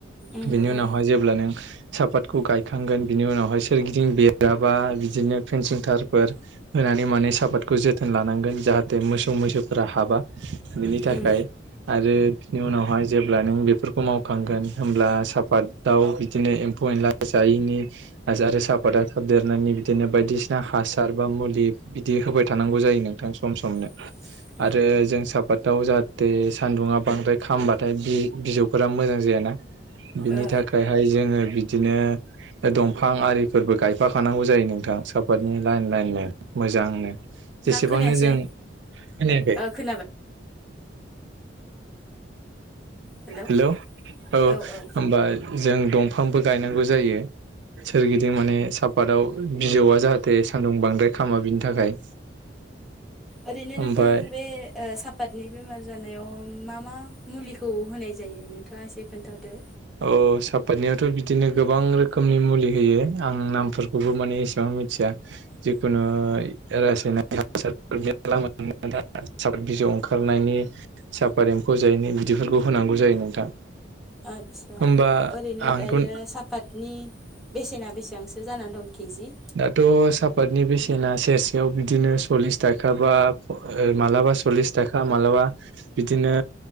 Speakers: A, in the centre; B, on the right (about 65°).
A: उम
B: बेनि उनावहाय
A: उम
B: जेब्ला नों सापातखौ गायखांगोन बिनि उनावहाय सोरगिदिं बेराबा बिदिनो फेनसिं थारफोर होनानै माने सापादखौ जोथोन लानांगोन जाहाथे मोसौ मैसोफोरा हाबा बिनि थाखाय
A: उम
B: आरो बिनि उनावहाय जेब्ला नों बेफोरखौ मावखांगोन होमब्ला साफात दाव बिदिनो एम्फौ एनला जायनि आजा आरो साफादा थाब देरनायनि बिदिनो बायदिसिना हासार बा मुलि बिदि होबाय थानांगौ जायो नों थां सम समनो
A: <unintelligible>
B: आरो जों सापाताव जाहाथे सानदुङा बांद्राय खामबाथाय बे बिजौफोरा मोजां जायाना बिनि
A: ओ
B: थाखायहाय जोङो बिदिनो दंफां आरिफोरबो गायफाखानांगौ जायो नोंथां सापातनि लाइन लाइननो मोजांनो
A: नोंथां
B: जेसेबांनो
A: खोनायासै
B: जों। खोनायाखै
A: ओ खोनाबाय हेलौ
B: हेल' औ
A: औ ओ
B: होमबा जों दंफांबो गायनांगौ जायो। सोरगिदिं माने साफातआव बिजौआ जाहाथे सान्दुं बांद्राय खामा बिनि थाखाय।
A: ओरैनो
B: ओमफ्राय
A: नोंथां बे ओ सा पाटनि बेमार जानायाव मा मा मुलिखौ होनाय जायो नोंथाङा एसे खोन्थादो।
B: अ सापातनियावथ' बिदिनो गोबां रोखोमनि मुलि होयो आं नामफोरखौबो माने एसेबां मिथिया। जिखुनु रासायनारि हासारफोर <unintelligible> दा साद बिजौ ओंखारनायनि सापात एम्फौ जायैनि बिदिफोरखौ होनांगौ जायो नोंथां।
A: आदसा
B: होमबा
A: ओरैनो
B: आंथ'
A: दायो सापात नि बेसेना बेसेबांसो जानानै दं केजि?
B: दाथ' सापातनि बेसेना सेरसेयाव बिदिनो सल्लिस थाखा बा ओ मालाबा सल्लिस थाखा मालाबा बिदिनो